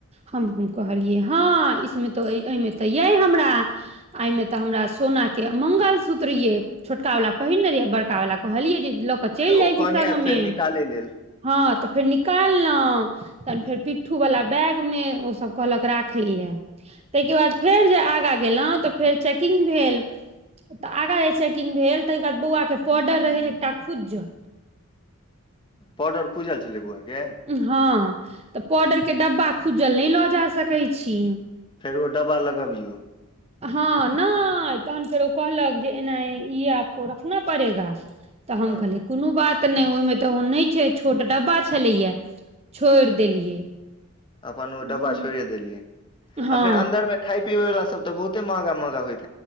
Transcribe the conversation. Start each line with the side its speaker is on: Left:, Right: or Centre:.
Right: हमहुँ कहलियै हँ इसमे तो मे ते ये हमरा एहिमे ते हमरा सोना के मंगलसूत्र ये छोटका वाला पहिरने रहियै बड़का वाला कहलियै जे लऽ क चलि
Left: तऽ
Right: जाइ
Left: ओ कहने
Right: छी संगमे
Left: हैत फेर निकालै लेल
Right: हँ तऽ फेर निकाललहुँ तहन फेर पिट्ठूवला बैगमे ओसभ कहलक राखय लेए ताहिके बाद फेर जे आगाँ गेलहुँ तऽ फेर चेकिंग भेल तऽ आगाँ जे चेकिंग भेल तऽ ई के बाद बौआके पॉर्डर रहै एकटा खूद ज
Left: पर्डर खुजल छलै बौआ के
Right: हँ तऽ पाडर के डब्बा खुजल नहि लऽ जा सकैत छी
Left: फेर ओ डब्बा लगाबियौ
Right: हँ नहि तहन फेरो ओ कहलक जे एना ई आपको रखना पड़ेगा तऽ हम
Left: हँ
Right: कहलियै कोनो बात तऽ नहि ओहिमे तऽ ओ नहि छै छोट डब्बा छलैया छोड़ि देलियै
Left: अपन ओ
Right: बुझलियै।
Left: डब्बा छोइड़ देलियै आ
Right: हँ
Left: फेर अन्दर में खाय पियबै वला सब त बहुते महांगा महांगा होइ छै